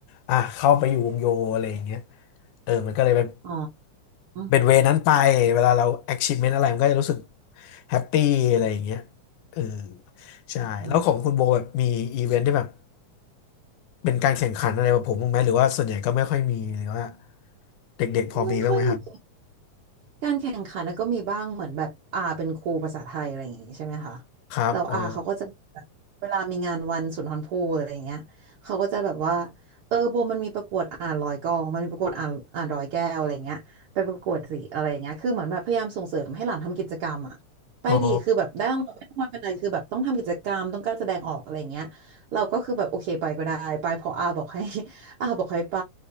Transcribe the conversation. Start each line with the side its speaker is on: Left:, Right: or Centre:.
Left: อ่ะเข้าไปอยู่วงโยอะไรอย่างเงี้ยเออมันก็เลยเป็น
Right: อ๋อ
Left: เป็นเวนั้นไปเวลาเรา achievement อะไรมันก็จะรู้สึกแฮปปี้อะไรอย่างเงี้ยเออใช่แล้วของคุณโบแบบมีอีเวนท์ที่แบบ
Right: อืม
Left: เป็นการแข่งขันอะไรแบบผมบ้างไหมหรือว่าส่วนใหญ่ก็ไม่ค่อยมีหรือว่าเด็กๆพอมีบ้างไหมครับ
Right: ไม่ค่อยมี การแข่งขันแล้วก็มีบ้างเหมือนแบบอาเป็นครูภาษาไทยอะไรอย่างงี้ใช่ไหมคะ
Left: ครับอ๋อ
Right: แล้วอาเขาก็จะแบบเวลามีงานวันสุนทรภู่อะไรอย่างเงี้ยเขาก็จะแบบว่าเออโบมันมีประกวดอ่านร้อยกลองมันมีประกวดอ่านอ่านร้อยแก้วอะไรอย่างเงี้ยไปประกวดสิอะไรอย่างเงี้ยคือเหมือนแบบพยายามส่งเสริมให้หลานทำกิจกรรมอะไปดีคือแบบได้รางวัลไม่ได้รางวัลเป็นไรคือแบบต้องทำกิจกรรมต้องการแสดงออกอะไรอย่างเงี้ยเราก็คือแบบโอเคไปก็ได้ไปเพออาบอกให้
Left: อ๋อ
Right: <laughs> อาบอกให้ไป